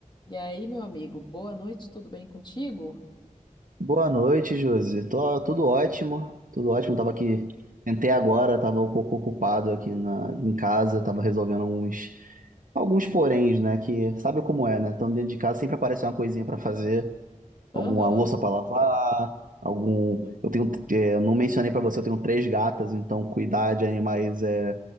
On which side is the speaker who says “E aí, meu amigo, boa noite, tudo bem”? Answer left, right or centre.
Left